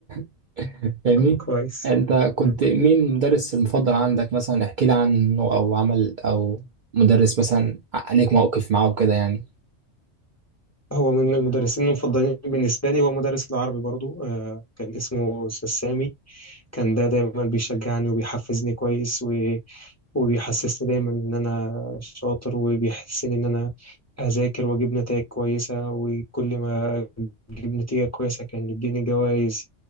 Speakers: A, on the right (about 55°); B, on the left (about 15°).
A: <laughs> فاهمني
B: آه، كويس
A: أنت كنت
B: مم.
A: مين المدرس المفضل عندك مثلا احكي لي عنه أو عمل أو مدرس مثلا عليك موقف معاه وكده يعني
B: هو من المدرسين المفضلين بالنسبة لي هو مدرس العربي برضو آه، كان اسمه أستاذ سامي كان ده دايما بيشجعني وبيحفزني كويس وبيحسسني دايما إن أنا شاطر وبيحسسني إن أنا أذاكر وأجيب نتائج كويسة وكل ما أجيب نتيجة كويسة كان يديني جوائز